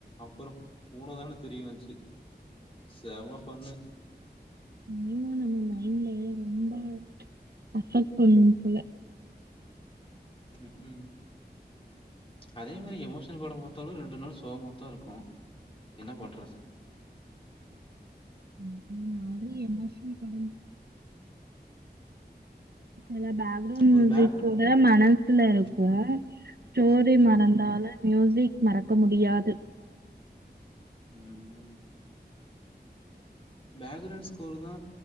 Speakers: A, on the left (about 30°); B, on the right (about 65°).
A: அப்புறோ பூனதானு தெரிய வந்ச்சி செம பண்ணு
B: இனிமா நம்ம மைண்ட்ல ரொம்ப அபெக்ட் பண்ணு போல
A: ம் ம் அதே மாரி எமோஷன் போடு போது எத்தோன ரெண்டு நாள் சோமத்தா இருக்கு என்ன பண்றத் சார்
B: இந் இந்த மாரி என்ன <unintelligible> எல்லா பேக்ரவுண்ட்
A: ஒரு
B: மியூசிக்
A: பேக்
B: கூட மனசுல இருக்கு
A: ம்,
B: ஸ்டோரி
A: ம்,
B: மறந்தாலு
A: ம்,
B: மியூசிக் மறக்க முடியாது
A: ம் ம் பேக்ரவுண்ட் ஸ்கோரு தா